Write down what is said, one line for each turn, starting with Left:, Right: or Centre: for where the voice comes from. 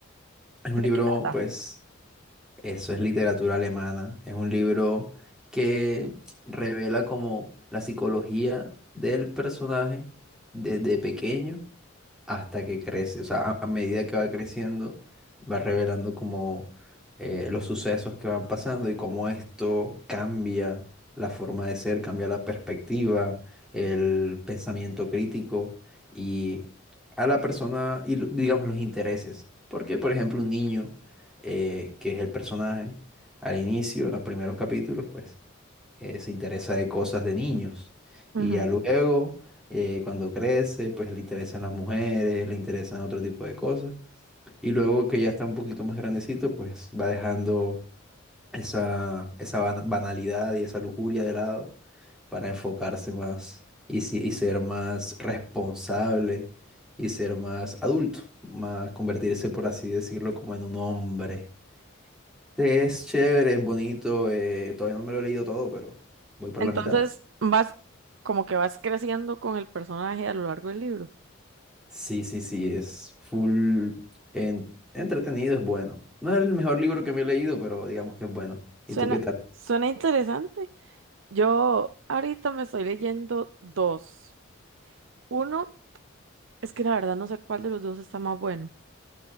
Centre: Es un
Right: ¿De
Centre: libro,
Right: qué trata?
Centre: pues, eso es literatura alemana. Es un libro que revela como la psicología del personaje desde pequeño hasta que crece. O sea, a, a medida que va creciendo, va revelando como eh, los sucesos que van pasando y cómo esto cambia la forma de ser, cambia la perspectiva, el pensamiento crítico y a la persona y lo- digamos los intereses. Porque, por ejemplo, un niño eh, que es el personaje al inicio, en los primeros capítulos, pues eh, se interesa de cosas de niños.
Right: Ujú.
Centre: Y ya luego, eh, cuando crece, pues le interesan las mujeres, le interesan otro tipo de cosas. Y luego que ya está un poquito más grandecito, pues va dejando esa, esa ban- banalidad y esa lujuria de lado para enfocarse más y, si- y ser más responsable y ser más adulto, más convertirse, por así decirlo, como en un hombre. Sí, Es chévere, es bonito, eh, todavía no me lo he leído todo, pero voy por
Right: Entonces,
Centre: la mitad.
Right: vas como que vas creciendo con el personaje a lo largo del libro.
Centre: Sí, sí, sí, es full en- entretenido, es bueno. No es el mejor libro que me he leído, pero digamos que es bueno. ¿Y
Right: Suena,
Centre: tú qué tal?
Right: suena interesante. Yo ahorita me estoy leyendo dos. Uno, es que la verdad no sé cuál de los dos está más bueno,